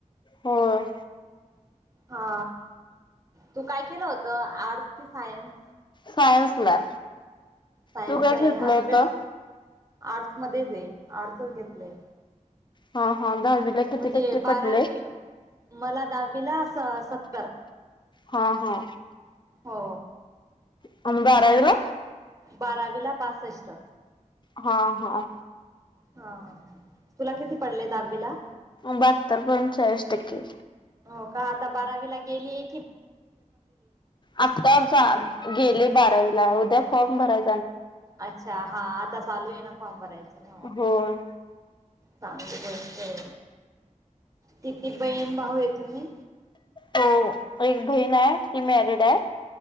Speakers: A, on the left; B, on the right.
A: होय
B: हा तू काय केलं होतं आर्टस कि सायन्स.
A: सायन्सला.
B: सायन्सला
A: तू काय घेतलं
B: आहे आता
A: होता.
B: पे आर्ट्स मध्येच हे आर्टसच घेतलय.
A: हा. हा दहावीला किती
B: म्हणजे
A: टक्के पडले
B: बारावी मला दद. विलास सत्तर.
A: हा हा.
B: हो.
A: <unintelligible> अबा आर र
B: बारावी ला बासष्ट.
A: हा हा
B: हा तुला किती पडले दहावी ला.
A: बहात्तर पॉईंट चाळीस टक्के.
B: हो का आता बारावीला गेली.
A: आत्ता सा गेले बारावीला उद्या. फॉम भराय.
B: अच्छा हा आता चालू आहे ना फॉर्म भरायचे. हो
A: होय
B: चांगली गोष्ट आहे तिची बहीण. बाहुहे तुम्ही.
A: हो एक बहीण आहे ती मॅरिड आहे.